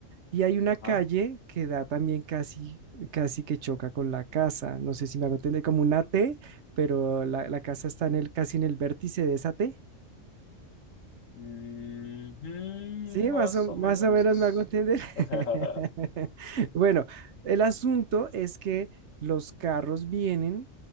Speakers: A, on the right (about 65°); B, on the left (about 85°).
A: Y hay una
B: ajá.
A: calle que da también casi, casi que choca con la casa. No sé si me hago entender, como una T, pero la, la casa está en el, casi en el vértice de esa T.
B: Ujú,
A: Sí,
B: más
A: más o, más
B: o menos.
A: o menos me hago entender.
B: <laughs>
A: <laughs>
B: Ajá.
A: Bueno, el asunto es que los carros vienen